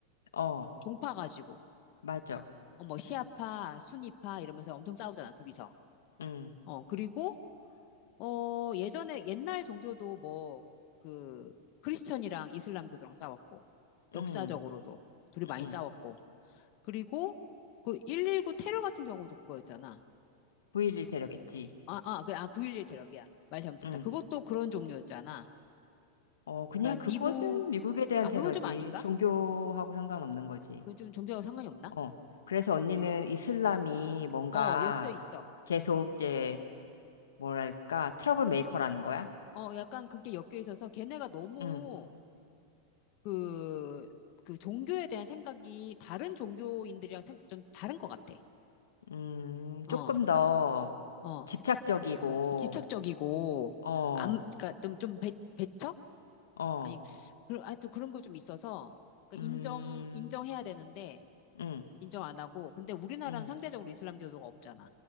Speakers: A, on the left (about 80°); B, on the left (about 50°).
A: 어,
B: 종파 가지고.
A: 맞아.
B: 어, 뭐 시아파, 수니파 이러면서 엄청 싸우잖아, 둘이서.
A: 응,
B: 어, 그리고 어, 예전에 옛날 종교도 뭐 그 크리스천이랑 이슬람교도랑 싸웠고 역사적으로도
A: 응,
B: 둘이 많이
A: 응.
B: 싸웠고. 그리고 그 119 테러 같은 경우도 그거였잖아.
A: 9.11 테러겠지.
B: 아, 아, 그, 아, 9.11 테러비야. 말 잘못했다.
A: 응.
B: 그것도 그런 종류였잖아.
A: 어, 그냥
B: 그러니까
A: 그거는
B: 미국,
A: 미국에 대한
B: 아,
A: 테러지.
B: 그건 좀 아닌가?
A: 종교하고 상관없는 거지.
B: 그건 좀 종교하고 상관이 없나?
A: 어. 그래서 언니는 이슬람이 뭔가
B: 어, 엮여 있어.
A: 계속, 예, 뭐랄까, 트러블 메이커라는 거야?
B: 어, 약간 그게 엮여 있어서 걔네가 너무
A: 응,
B: 그, 그 종교에 대한 생각이 다른 종교인들이랑 생- 좀 다른 것 같아.
A: 음,
B: 어,
A: 조금 더
B: 어.
A: 집착적이고,
B: 집착적이고,
A: 어,
B: 암, 그니까 좀, 좀 배, 배척?
A: 어,
B: 아니, 그런, 하여튼 그런 거 좀 있어서, 그
A: 음,
B: 인정, 인정해야 되는데,
A: 음,
B: 인정 안 하고, 근데 우리나라는
A: 음,
B: 상대적으로 이슬람교도가 없잖아.